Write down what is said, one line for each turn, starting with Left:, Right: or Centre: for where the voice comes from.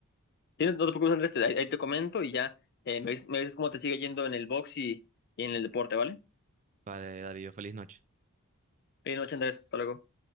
Left: Sí, no te preocupes, Andrés, te- ahí, ahí te comento y ya eh, me dices, me dices cómo te sigue yendo en el box y, y en el deporte, ¿vale?
Right: Vale, Darío, feliz noche.
Left: Feliz noche, Andrés, hasta luego.